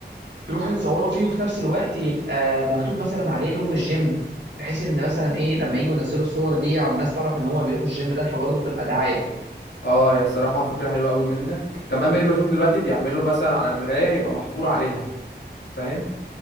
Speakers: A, on the right (about 80°); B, on the left (about 85°).
A: يروحوا يتصوروا فيه وفي نفس الوقت يبقى مكتوب مثلا عليه لوجو الجيم بحيث ان مثلا ايه لما يجوا ينزلوا الصور دي على الناس تعرف ان هم بيروحوا الجيم ده فبرضه تبقى دعايه
B: اه هي الصراحه فكره حلوه قوي منك كمان بقى بشوف دلوقتي بيعملوا مثلا على المرايه يبقى محفور عليها فاهم